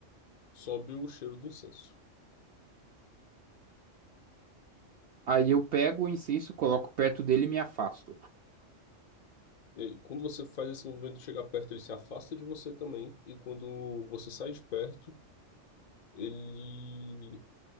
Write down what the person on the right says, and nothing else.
Aí eu pego o incenso, coloco perto dele e me afasto.